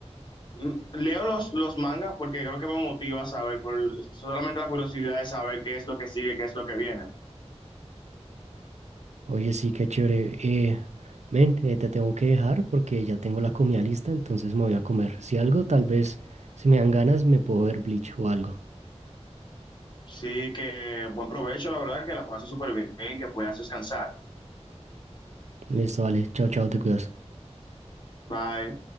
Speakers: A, on the left; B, on the right.
A: mm, leo los, los mangas porque creo que me motiva a saber, por solamente la curiosidad de saber qué es lo que sigue, qué es lo que viene.
B: Oye, sí, qué chévere. Eh, men, eh, te tengo que dejar porque ya tengo la comida lista, entonces me voy a comer. Si algo, tal vez, si me dan ganas, me puedo ver Bleach o algo.
A: Sí, que buen provecho, la verdad, que la pases súper bien, que puedas descansar.
B: Listo, vale. Chao, chao, te cuidas.
A: Bye.